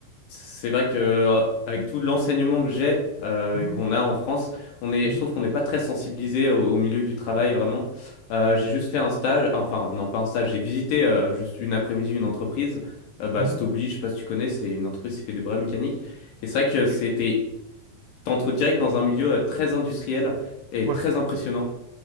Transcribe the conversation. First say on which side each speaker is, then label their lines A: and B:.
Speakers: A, on the left (about 75°); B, on the right (about 80°).
A: c'est vrai que euh, avec tout l'enseignement que j'ai euh,
B: Mhm,
A: et qu'on a en France, on est
B: mhm,
A: je trouve qu'on n'est pas très sensibilisé au, au milieu du travail vraiment. Euh, j'ai juste fait un stage, enfin non pas un stage, j'ai visité euh, juste une après-midi une entreprise, euh, bah
B: mhm,
A: Stobli,
B: mhm.
A: je sais pas si tu connais, c'est une entreprise qui fait des bras mécaniques et c'est vrai que
B: OK.
A: c'était t'entres direct dans un milieu euh, très industriel et
B: Ouais.
A: très impressionnant.